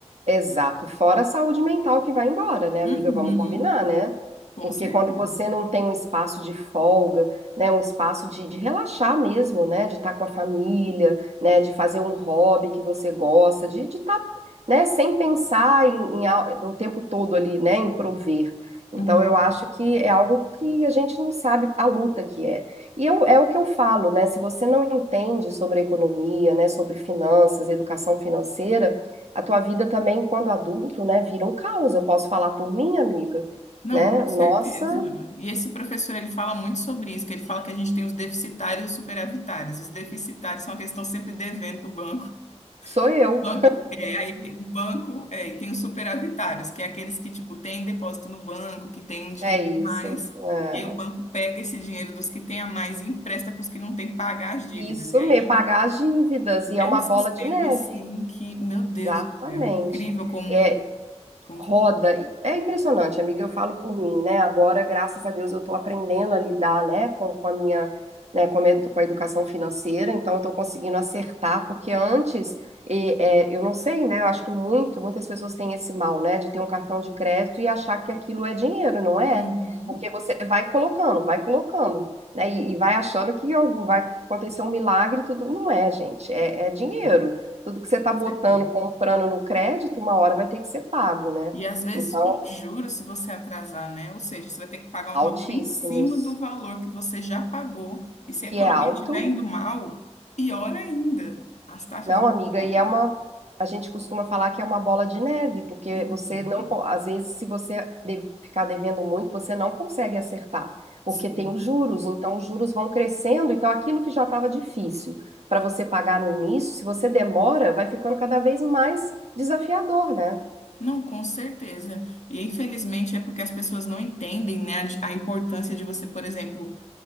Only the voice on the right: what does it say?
Exato, fora a saúde mental que vai embora, né, amiga?
Vamos combinar, né?
Porque
quando você não tem um espaço de folga, né, um espaço de, de relaxar mesmo, né, de estar com a família, né, de fazer um hobby que você gosta, de estar, né, sem pensar em, em al- o tempo todo ali, né, em prover. Então,
eu acho que é algo que a gente não sabe a luta que é. E eu, é o que eu falo, né? Se você não entende sobre a economia, né, sobre finanças, educação financeira, a tua vida também, quando adulto, né, vira um caos. Eu posso falar por mim, amiga,
né?
Nossa,
sou eu.
É isso.
É.
Isso
mesmo,
pagar as dívidas. E
é uma
bola de neve.
Exatamente.
É,
roda. É impressionante, amiga, eu falo por mim, né? Agora, graças a Deus, eu tô aprendendo a lidar, né, com, com a minha, né, com a, minha- com a educação financeira, então eu tô conseguindo acertar, porque antes, e, é, eu não sei, né? Eu acho que muito, muitas pessoas têm esse mal, né, de ter um cartão de crédito e achar que aquilo é dinheiro, não é?
Porque você vai colocando, vai colocando. Né, e, e vai achando que algo vai acontecer um milagre, e tudo não é, gente, é é dinheiro
tudo que você está
botando,
comprando no crédito, uma hora vai ter que ser pago, né?
Então,
altíssimos,
que
é alto.
Não,
amiga,
e
é uma. A gente costuma falar que é uma bola de neve, porque
você não. co- Às vezes, se você de- ficar devendo muito, você não consegue acertar, porque
tem os juros, então os juros vão crescendo, então aquilo que já estava difícil para você pagar no início, se você demora, vai ficando cada vez mais desafiador, né?